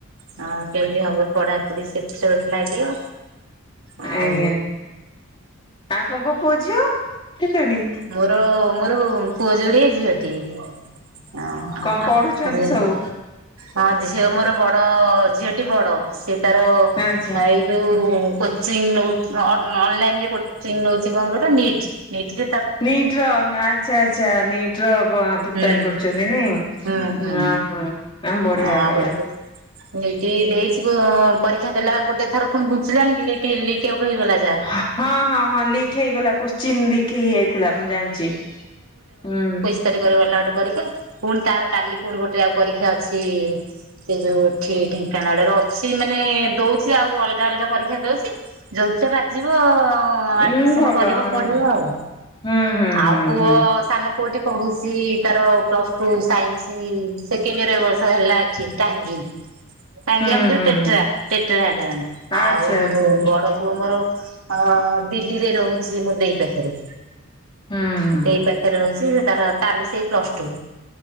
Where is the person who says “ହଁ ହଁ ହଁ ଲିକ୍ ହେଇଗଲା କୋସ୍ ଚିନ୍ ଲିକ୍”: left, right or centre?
Left